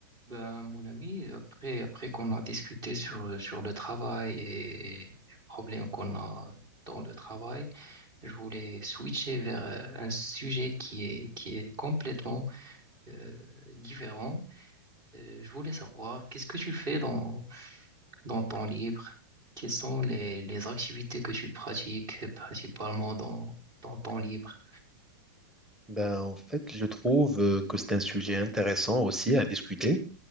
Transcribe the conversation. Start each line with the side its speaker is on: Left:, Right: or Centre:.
Right: Ben, mon ami, après, après qu'on a discuté sur, sur le travail et les problèmes qu'on a dans le travail, je voulais switcher vers euh, un sujet qui est, qui est complètement euh, différent. Euh, je voulais savoir, qu'est-ce que tu fais dans, dans ton libre? Quelles sont les, les activités que tu pratiques euh, principalement dans, dans ton libre?
Centre: Ben, en fait, je trouve euh, que c'est un sujet intéressant aussi à discuter